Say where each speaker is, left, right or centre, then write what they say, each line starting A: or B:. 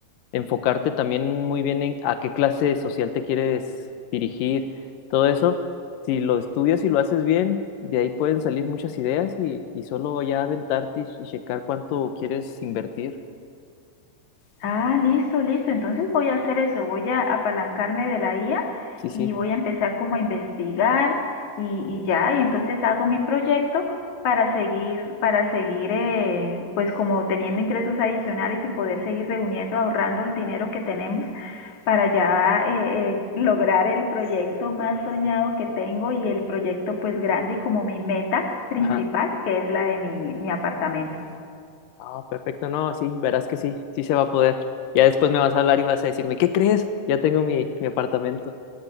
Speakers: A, on the left; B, on the left.
A: enfocarte también muy bien en a qué clase social te quieres dirigir, todo eso. Si lo estudias y lo haces bien, de ahí pueden salir muchas ideas y, y solo ya aventarte y y checar cuánto quieres invertir.
B: Ah, listo, listo. Entonces voy a hacer eso, voy a apalancarme de la IA
A: Sí, sí.
B: y voy a empezar como a investigar y, y ya, y entonces hago mi proyecto para seguir, para seguir, eh, pues como teniendo ingresos adicionales y poder seguir reuniendo, ahorrando el dinero que tenemos para ya eh, eh, lograr el proyecto más soñado que tengo y el proyecto pues grande y como mi meta principal,
A: Ajá.
B: que es la de mi, mi apartamento.
A: Ah, perfecto. No, sí, verás que sí, sí se va a poder. Ya después me vas a hablar y vas a decirme, ¿qué crees? Ya tengo mi, mi apartamento.